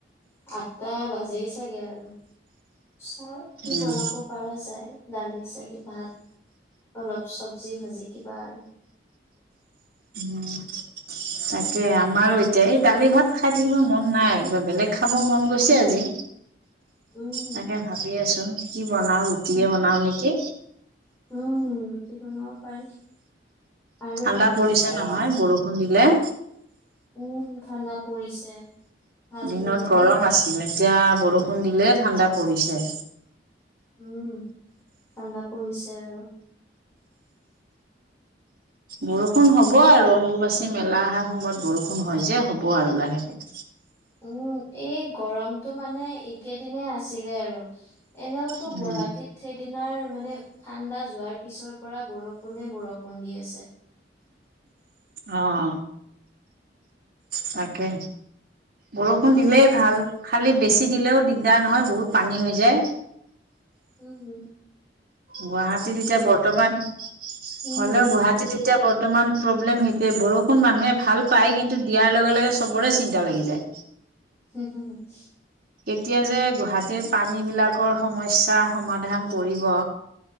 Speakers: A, on the left; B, on the right.
A: আঠটা বাজেই চাগে আৰু। চাও কি
B: উম,
A: বনাব পৰা যায়। দালি-চালি ভাত। অলপ চবজী ভাজি কিবা আৰু।
B: উম, তাকে আমাৰো এতিয়া এই দালি ভাত খাই থাকিব মন নাই, কিবা বেলেগ খাব মন গৈছে আজি।
A: উম
B: তাকে ভাবি আছো কি বনাও ৰুটিয়ে
A: উম
B: বনাও নেকি?
A: উম, ৰুটি বনাব পাৰি। আৰু
B: ঠাণ্ডা পৰিছে
A: এয়া
B: নহয় বৰষুণ বৰষুণ দিলে
A: উম, ঠাণ্ডা পৰিছে। ভাল
B: দিনত
A: লাগিব
B: গৰম আছিলে? এতিয়া বৰষুণ দিলে ঠাণ্ডা পৰিছে।
A: উম, ঠাণ্ডা পৰিছে আৰু।
B: বৰষুণ হ'ব আৰু অম্বুবাচী মেলা অহাৰ সময়ত বৰষুণ হয় যে হ'ব আৰু লাহেকে।
A: উ, এই গৰমটো মানে একেদিনাই আছিলে আৰু এনেওতো
B: উম,
A: গুৱাহাটীত সেইদিনাৰ মানে ঠাণ্ডা যোৱাৰ পিছৰ পৰা বৰষুণে, বৰষুণ দি আছে।
B: অ' তাকে বৰষুণ দিলেই ভাল খালী বেছি দিলেও দিগদাৰ নহয় বহুত পানী হৈ যায়
A: উম হম
B: গুৱাহাটীত এতিয়া বৰ্তমান হ'লেও
A: উম
B: গুৱাহাটীত এতিয়া বৰ্তমান প্ৰব্লেম সেইটোৱে বৰষুণ মানুহে ভাল পায় কিন্তু দিয়াৰ লগে লগে চবৰে চিন্তা লাগি যায়।
A: উম হুমু‌ <inaudible>
B: এতিয়া যে গুৱাহাটীৰ পানীবিলাকৰ সমস্যা সমাধান কৰিব‌।